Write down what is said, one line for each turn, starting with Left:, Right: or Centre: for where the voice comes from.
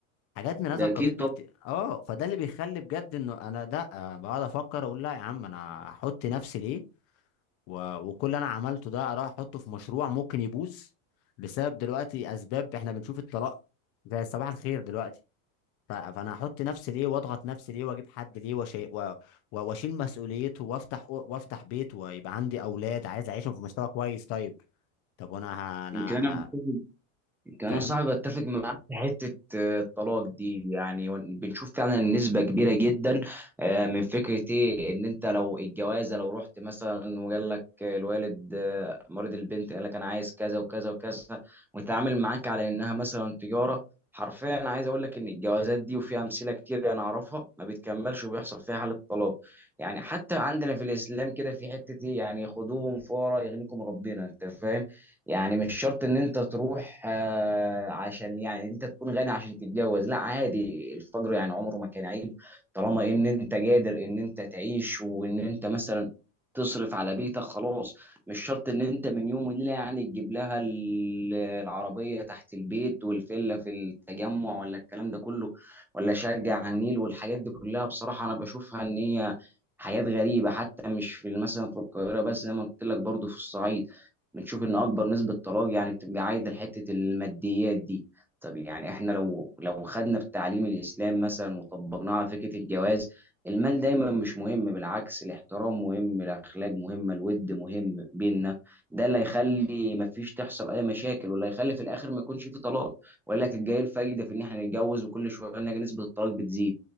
Left: حاجات من هذا
Centre: ده
Left: القبيل
Centre: اكيد
Left: بكتير
Centre: طبعا
Left: اه فده اللي بيخلي بجد انه انا ده آه، بقعد افكر اقول لا يا عم انا احط نفسي ليه و... وكل اللي انا عملته ده اروح احطه في مشروع ممكن يبوظ بسبب دلوقتي اسباب احنا بنشوف الطلاق زي صباح الخير دلوقتي ف... فانا احط نفسي ليه واضغط نفسي ليه واجيب حد ليه وشي... و... و... واشيل مسؤوليته وافتح وافتح بيت ويبقى عندي اولاد عايز اعيشهم في مستوى كويس طيب طب وانا ه... انا
Centre: يمكن انا بتفق-
Left: ه...
Centre: يمكن انا
Left: فاهم
Centre: صاحبي بتفق معاك في حته آه، الطلاق دي يعني ون- بنشوف فعلا نسبه كبيره جدا آه، من فكره ايه ان انت لو الجوازه لو رحت مثلا وقال لك آه، الوالد آه، مريض البنت قال لك انا عايز كذا وكذا وكذا وتعامل معاك على انها مثلا تجاره حرفيا انا عايز اقول لك ان الجوازات دي وفي امثله كتير انا اعرفها ما بتكملش وبيحصل فيها حاله طلاق يعني حتى عندنا في الاسلام كده في حته ايه يعني خدوهم فورا يغنيكم ربنا انت فاهم يعني مش شرط ان انت تروح آه، عشان يعني انت تكون غني عشان تتجوز لا عادي الفجر يعني عمره ما كان عيب طالما ان انت قادر ان انت تعيش وان انت مثلا تصرف على بيتك خلاص مش شرط ان انت من يوم وليله يعني تجيب لها ال- العربيه تحت البيت والفيلا في التجمع ولا الكلام ده كله ولا شقه على النيل والحاجات دي كلها بصراحه انا بشوفها ان هي حياة غريبة حتى مش في مثلا في القاهرة بس زي ما قلت لك برضه في الصعيد بنشوف ان اكبر نسبه طلاق يعني بتبقى عايده لحته الماديات دي طب يعني احنا لو لو خدنا في تعليم الاسلام مثلا وطبقناه على فكره الجواز المال دايما مش مهم بالعكس الاحترام مهم الاخلاق مهمه الود مهم بينا ده اللي هيخلي مفيش تحصل اي مشاكل واللي هيخلي في الاخر ما يكونش في طلاق ولا تبقى ايه الفايده في ان احنا نتجوز وكل شويه نلاقي نسبه الطلاق بتزيد